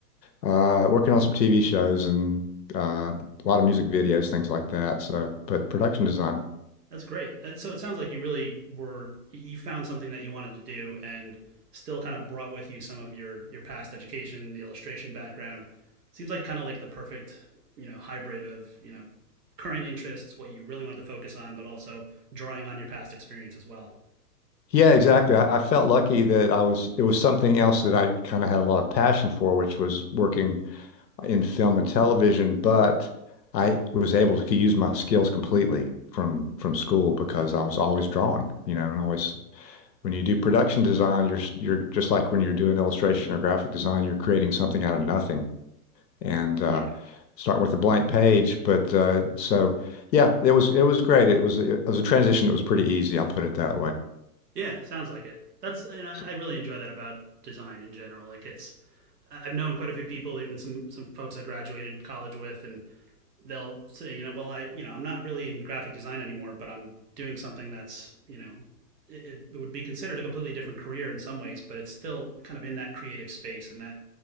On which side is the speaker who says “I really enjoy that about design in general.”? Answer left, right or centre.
Right